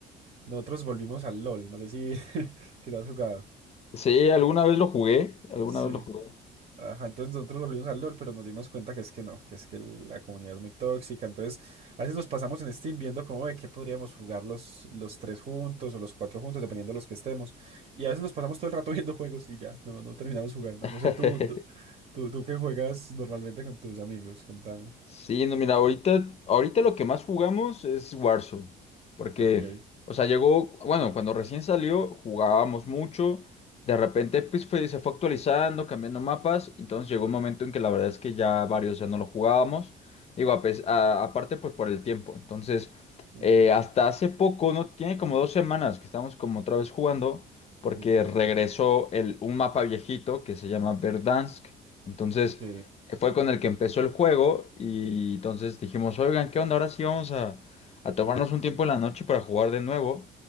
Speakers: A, on the right; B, on the left.
A: nosotros volvimos al LOL, no sé si, <laughs> si lo has jugado.
B: Sí, alguna vez lo jugué, alguna
A: Sí.
B: vez lo jugué.
A: Ajá, entonces nosotros volvimos al LOL, pero nos dimos cuenta que es que no, que es que el- la comunidad es muy tóxica. Entonces, a veces nos pasamos en Steam viendo cómo de qué podríamos jugar los, los tres juntos o los cuatro juntos, dependiendo de los que estemos. Y a veces nos pasamos todo el rato <laughs> viendo juegos y ya, no, no terminamos jugando.
B: <laughs>
A: No sé, tú, tú, tú, tú qué juegas normalmente con tus amigos, contame.
B: Sí, no, mira, ahorita, ahorita lo que más jugamos es Warzone, porque,
A: Ok.
B: o sea, llegó, bueno, cuando recién salió jugábamos mucho, de repente pues fue- se fue actualizando, cambiando mapas, entonces llegó un momento en que la verdad es que ya varios ya no lo jugábamos, digo, a pes- a- aparte pues por el tiempo, entonces
A: ujú,
B: eh, hasta hace poco, no, tiene como dos semanas que estamos como otra vez jugando, porque
A: Ok,
B: regresó el, un mapa viejito que se llama Verdansk, entonces
A: ok,
B: que fue con el que empezó el juego y entonces dijimos, oigan, ¿qué onda? Ahora sí vamos a, a tomarnos un tiempo en la noche para jugar de nuevo.